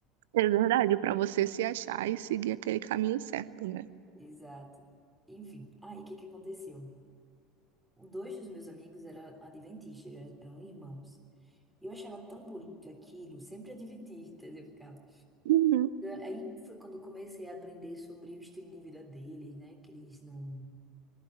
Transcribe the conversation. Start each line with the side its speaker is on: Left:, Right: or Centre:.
Right: É verdade, para você se achar e seguir aquele caminho certo, né?
Centre: Exato. Enfim, aí o que que aconteceu? Dois dos meus amigos eram adventistas, eram eram irmãos. E eu achava tão bonito aquilo, sempre adventistas eu ficava.
Right: Uhum.
Centre: Aí foi quando eu comecei a aprender sobre o estilo de vida deles, né? Que eles não,